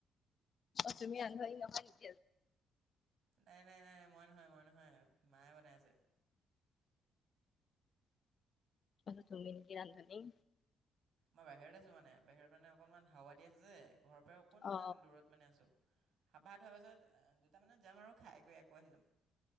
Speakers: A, on the left; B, on the right.
A: আচমি আনভ ই নহ নক
B: নাই, নাই, নাই, নাই, মই নহয়, মই নহয়, মায়ে বনাই আছে।
A: অল তুমি নেকি ৰান্ধনী।
B: মই বাহিৰত আছো, মানে বাহিৰত মানে অকনমান হাৱা দি আছে যে ঘৰৰ পৰা অকনমান
A: অ
B: দূৰত মানে আছো। সাবাত হোৱাৰ পাছত দুটামানত যাম আৰু খাই কৰিকৈ আকৌ আহি যাম।